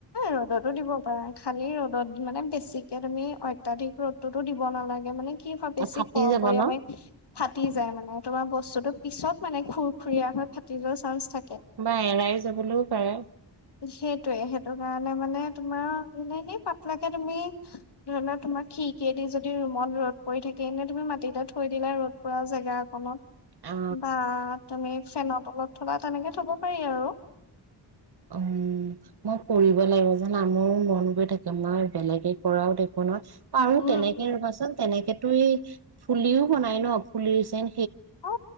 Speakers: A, on the left; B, on the right.
A: ৰ'দতো দিব পাৰা খালি ৰ'দত মানে বেছিকে তুমি অত্যাধিক ৰ'দটোতো দিব নালাগে মানে কি হয়, বেছি
B: ফাটি
A: কৰ
B: যাব
A: কৰিয়া
B: ন
A: মাৰি ফাটি যায় মানে তোমাৰ বস্তুতটো পিছত মানে খুৰ খুুৰীয়া হৈ ফাটি যোৱাৰ চান্স থাকে।
B: বা এৰাই যাবলৈও পাৰে
A: সেইটোয়ে, সেইটো কাৰণে মানে তোমাৰ এনে এনেই পাতলাকে তুমি ধৰিলোৱা তোমাৰ খিৰিকিয়েদি যদি ৰুমত ৰ'দ পৰি থাকে এনেই তুমি মাটিটে থৈ দিলা ৰ'দ পৰা জেগা অকনত।
B: অ
A: বা তুমি ফেনৰ তলত থলে তেনেকে থ'ব পাৰি আৰু,
B: উম! মই কৰিব লাগিব যানা মোৰো মন গৈ থাকে মই বেলেগে কৰাও দেখো নহয়। পাৰোঁ
A: উম
B: তেনেকে
A: উম
B: ৰুবাচোন তেনেকে ফুলিও বনাই ন, ফুলি চেইন
A: অ